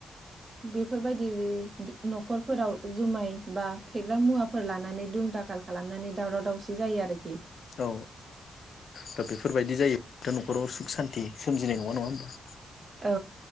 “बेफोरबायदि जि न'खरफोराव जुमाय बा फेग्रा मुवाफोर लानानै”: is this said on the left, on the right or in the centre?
Right